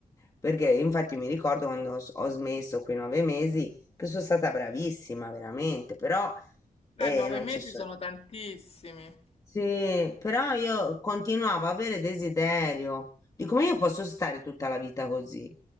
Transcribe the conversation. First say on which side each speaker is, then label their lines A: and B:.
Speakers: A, on the left; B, on the left.
A: Perché infatti mi ricordo quando ho s- ho smesso quei nove mesi che sono stata bravissima, veramente, però eh,
B: Eh, eh, nove
A: non
B: mesi
A: ci so-
B: sono tantissimi.
A: sì, però io continuavo a avere desiderio. Dico, ma io posso stare tutta la vita così.